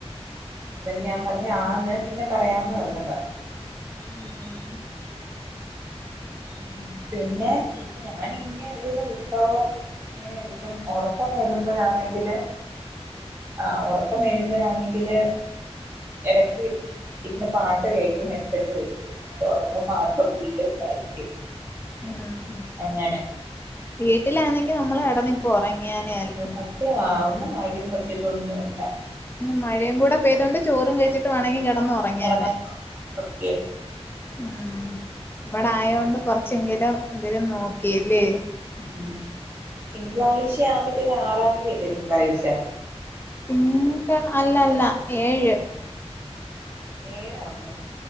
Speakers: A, on the right; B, on the left.
A: എന്നട്ട്ഞാൻ പറഞ്ഞ് ആന്ന് പിന്നെ പറയാന്ന് പറഞ്ഞതാ
B: മ്
A: ഉം പിന്നെ പിന്നെ ഞാനിങ്ങേ ഓരോന്ന് പുസ്തകോം അങ്ങനെടുക്കും ഒറക്കം വരുമ്പഴാണെങ്കില് ആഹ് ഒറ ക്കം
B: ഉം
A: വരുമ്പഴാണെങ്കില് എടക്ക് ഇരുന്ന് പാട്ട് കേൾക്കും ഹെഡ്സെറ്റ് വെച്ച് തൊടക്കം മാർഗംവീണ്ടും വായിക്കും
B: മ്
A: അങ്ങനെ
B: വീട്ടിലാണെങ്കി നമ്മള് കെടന്നിപ്പൊ ഒറങ്ങിയെനെ
A: ഉം സത്യവാ ഒന്നും വായിക്കലും പഠിക്കത്തൊന്നുല്ല
B: ഉം മഴേം കൂടെ പെയ്തോണ്ട് ചോറും കഴിച്ചിട്ട് വേണങ്ങി കെടന്നൊറങ്ങിയെനെ
A: കിടന്നാ സത്യം
B: ഉം ഇവിടായൊണ്ട് കുറച്ചെങ്കിലും എന്തേലും നോക്കിയേല്ലേ
A: ഉം തിങ്കളാഴ്ച്ച ആവുമ്പത്തേക്കും ആറാം തീയല്ലേ തിങ്കളാഴ്ച്ച
B: തിങ്കൾ അല്ല അല്ല ഏഴ്
A: ഏഴാണോ